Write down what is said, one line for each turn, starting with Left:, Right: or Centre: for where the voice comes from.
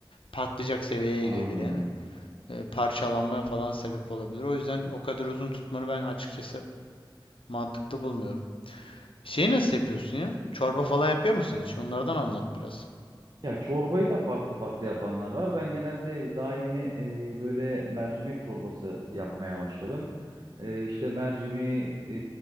Left: patlayacak seviyeye
Right: Anladım.
Left: gelir yani e, parçalanmaya falan sebep olabilir. O yüzden o kadar uzun tutmanı ben açıkçası mantıklı bulmuyorum. Şeyi nasıl yapıyorsun ya? Çorba falan yapıyor musun hiç? Onlardan anlat biraz.
Right: Ya çorbayı da farklı farklı yapanlar var. Ben genelde daha yeni e, böyle mercimek çorbası yapmaya başladım. E, işte mercimi e,